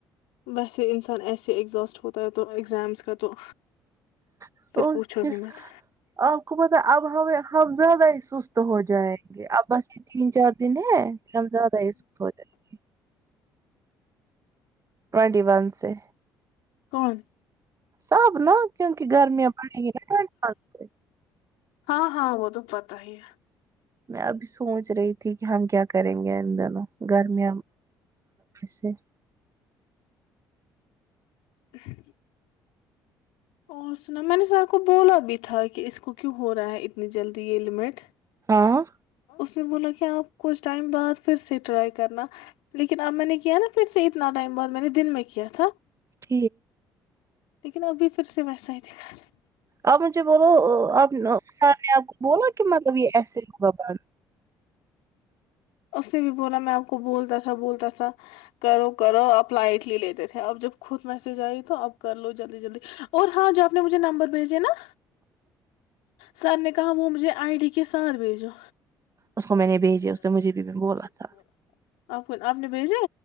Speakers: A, on the left (about 80°); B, on the right (about 30°).
A: ویسے انسان ایسے ایگزاسٹ ہوتا ہے تو ایگزامس کا تو
B: پانچ
A: پھر پوچھو بھی مت
B: آپ پتا اب ہم ہم زیادہ ہی سست ہو جائیں گے اب بس یہ تین چار دن ہے ہم زیادہ ہی سست ہو جائیں گے ٹوینٹی ون سے
A: کون
B: سب نا کیونکہ گرمیاں پڑیں گی نا ٹ و سے
A: ہاں ہاں وہ تو پتا ہی ہے
B: میں ابھی سوچ رہی تھی کہ ہم کیا کریں گے ان دونوں گرمیاں سے
A: ج اور سنا میں نے سر کو بولا بھی تھا کہ اس کو کیوں ہو رہا ہے اتنی جلدی یہ لمٹ
B: ہاں
A: اس نے بولا کہ آپ کچھ ٹائم بعد پھر سے ٹرائی کرنا لیکن اب میں نے کیا نا پھر سے اتنا ٹائم بعد میں نے دن میں کیا تھا
B: ھ
A: لیکن ابھی پھر سے ویسا ہی دکھا رہا
B: آپ مجھے بولو آپ سر نے آپ کو بولا کہ مطلب یہ ایسے ہو ب
A: اس سے بھی بولا میں آپ کو بولتا تھا بولتا تھا کرو کرو آپ لائٹلی لیتے تھے اب جب خود میسج آئی تو اپ کر لو جلدی جلدی اور ہاں جو آپ نے مجھے نمبر بھیجے نا سار کا وہ مج جے آئی ڈی کے ساتھ بھیجو
B: اس کو میں نے بھیجے اس
A: بی
B: نے مجھے بھی بولا تھا
A: م کون اپنے بھیجے